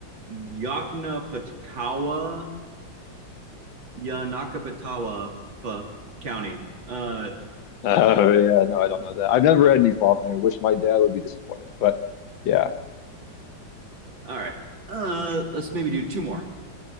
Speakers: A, on the right; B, on the left.
A: Yaknapatkawa, Yanakapatawa Pa County. Uh,
B: Oh, yeah. No, I don't know that. I've never read any Faulkner, Wish my dad would be disappointed. But yeah.
A: all right. Uh, let's maybe do two more.